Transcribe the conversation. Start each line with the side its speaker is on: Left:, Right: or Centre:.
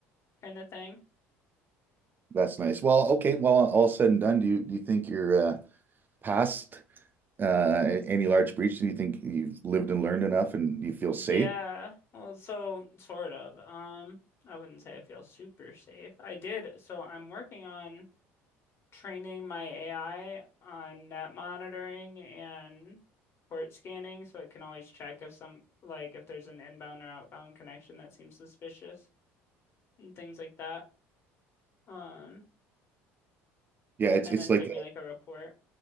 Left: kind of thing.
Right: That's nice. Well, okay. Well, all said and done, do you do you think you're uh, past uh, any large breach? Do you think you've lived and learned enough, and you feel
Left: Yeah.
Right: safe?
Left: Well, so sort of. Um, I wouldn't say I feel super safe. I did. So I'm working on training my AI on net monitoring and port scanning so it can always check if some like if there's an inbound or outbound connection that seems suspicious. and things like that. Um,
Right: Yeah, it's
Left: and
Right: it's
Left: then
Right: like
Left: give me like a report.